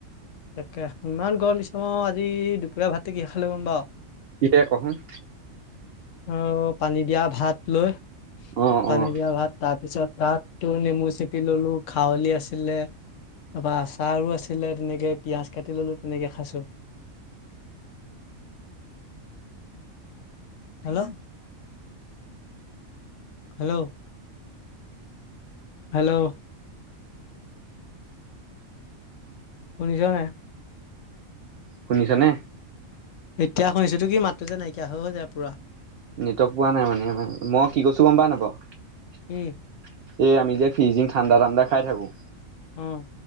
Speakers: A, on the left; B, on the right.
A: তাকে, ইমান গৰম দিছে মই আজি দুপৰীয়া ভাত কিহেৰে খালোঁ গম পাওঁ?
B: কিহেৰে ক'চোন?
A: অ', পানী দিয়া ভাত লৈ,
B: অ',
A: পানী
B: অ',
A: দিয়া ভাত তাত পিছত তাত তোৰ নেমু চেপি ললো খাৱলি আছিলে। তাৰপা আচাৰো আছিলে তেনেকে পিয়াজ কাটি ললোঁ তেনেকে খাইছোঁ। হেল্ল', হেল্ল', হেল্ল', শুনিছ নে?
B: শুনিছ নে?
A: এতিয়া শুনিছো তো কি মাতো যে নাইকিয়া হৈ হৈ যায় পুৰা।
B: নেটৱৰ্ক পোৱা নাই মানে মই কি কৈছো গম পা নাপাওঁ
A: কি
B: এই আমি যে ফিজিঙ ঠাণ্ডা ঠাণ্ডা খাই থাকো
A: উম,